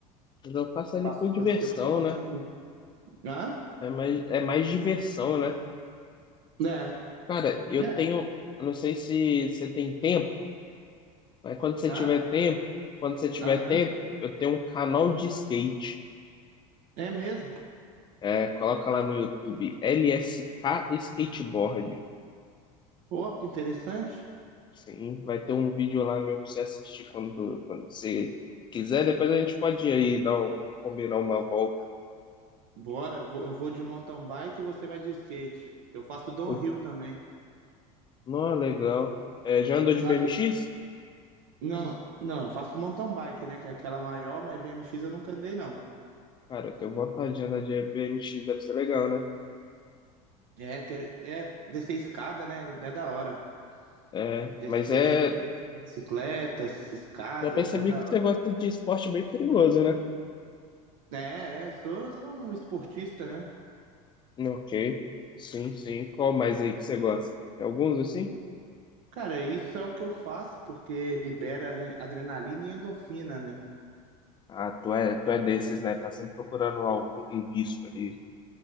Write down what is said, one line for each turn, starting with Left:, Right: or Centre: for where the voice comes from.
Left: mas eu faço ali
Right: passou
Left: por diversão,
Right: a ser um esporte
Left: né?
Right: olímpico. Hã?
Left: É mais, é mais diversão, né?
Right: É,
Left: Cara, eu
Right: é,
Left: tenho. Eu não sei se você tem tempo. Mas quando você
Right: Hã?
Left: tiver tempo, quando você tiver
Right: Aham.
Left: tempo, eu tenho um canal de skate.
Right: É mesmo.
Left: É, coloca lá no YouTube, LSK Skateboard.
Right: Pô, que interessante.
Left: Sim, vai ter um vídeo lá meu pra você assistir quando, quando você quiser. Depois a gente pode ir aí dar um- combinar uma volta.
Right: Bora, eu vou, eu vou de mountain bike e você vai de skate. Eu faço downhill
Left: Pô,
Right: também,
Left: não, legal. É, já andou de
Right: sabe?
Left: BMX?
Right: Não, não, eu faço mountain bike, né? Que é aquela maior, mas BMX eu nunca andei, não.
Left: Cara, eu tenho vontade de andar de BMX, deve ser legal, né?
Right: É, que- é descer escada, né? É da hora.
Left: É,
Right: Descida
Left: mas é.
Right: de trilhas com bicicletas, escadas,
Left: Já percebi
Right: é da
Left: que você
Right: hora.
Left: gosta de esporte bem perigoso, né?
Right: É, é, sou, sou um esportista, né?
Left: Ok. Sim, sim. Qual mais aí que você gosta? Tem alguns assim?
Right: Cara, isso é o que eu faço, porque libera em- adrenalina e endorfina, né?
Left: Ah, tu é, tu é desses, né? Tá sempre procurando al- um, um risco ali